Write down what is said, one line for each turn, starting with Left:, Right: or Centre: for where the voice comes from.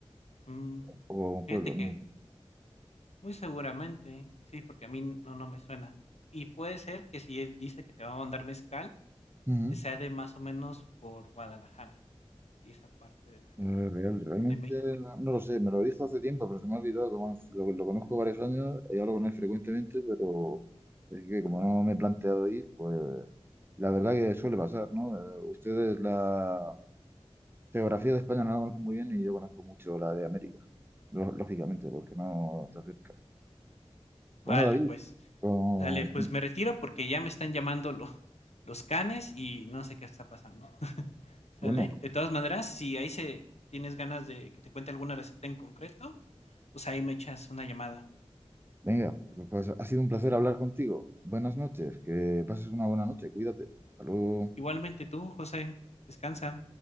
Left: mm.
Right: o un
Left: Fíjate
Right: pueblo,
Left: que
Right: ¿no?
Left: Muy seguramente, sí, porque a mí no, no me suena. Y puede ser que si él dice que te va a mandar mezcal,
Right: Ujú.
Left: eh, sea de más o menos por Guadalajara y esa parte de la
Right: Eh, real-
Left: de,
Right: Realmente
Left: de México.
Right: no, no lo sé, me lo dijo hace tiempo, pero se me ha olvidado, como lo, lo conozco varios años y hablo con él frecuentemente, pero es que como no me he planteado ir, pues la verdad que suele pasar, ¿no? Eh, ustedes la geografía de España no la conocen muy bien y yo conozco mucho la de América, lo- lógicamente, porque no está cerca. Bueno,
Left: Vale,
Right: David,
Left: pues,
Right: con-
Left: dale, pues me retiro porque ya me están llamando lo- los canes y no sé qué está pasando. <laughs> ¿Sale?
Right: bueno,
Left: De todas maneras, si ahí se tienes ganas de que te cuente alguna receta en concreto, pues ahí me echas una llamada.
Right: venga, pues ha sido un placer hablar contigo. Buenas noches, que pases una buena noche, cuídate. Hasta luego.
Left: Igualmente tú, José, descansa.